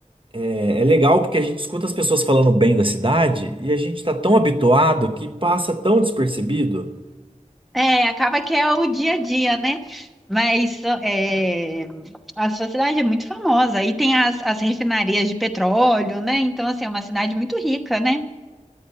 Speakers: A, on the right (about 40°); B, in the centre.
A: é, é legal porque a gente escuta as pessoas falando bem da cidade e a gente está tão habituado que passa tão despercebido.
B: É, acaba que é o dia a dia, né? Mas é, a sua cidade é muito famosa. E tem as, as refinarias de petróleo, né? Então, assim, é uma cidade muito rica, né?